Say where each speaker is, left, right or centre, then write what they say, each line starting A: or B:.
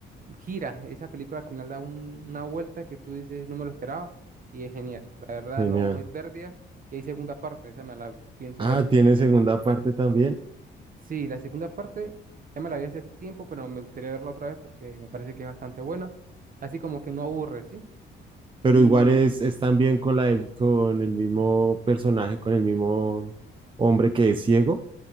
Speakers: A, on the right; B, on the right.
A: gira, esa película al final da un- una vuelta que tú dices, no me lo esperaba. Y es genial. La verdad,
B: Genial.
A: no, no hay pérdida. Y hay segunda parte, esa me la pienso
B: Ah,
A: ver
B: tiene
A: hasta
B: segunda parte también.
A: Sí, la segunda parte ya me la vi hace tiempo, pero me gustaría verla otra vez porque me parece que es bastante buena. Así como que no aburre, ¿sí?
B: pero
A: Y
B: igual es, es también con la del- con el mismo personaje, con el mismo hombre que es ciego.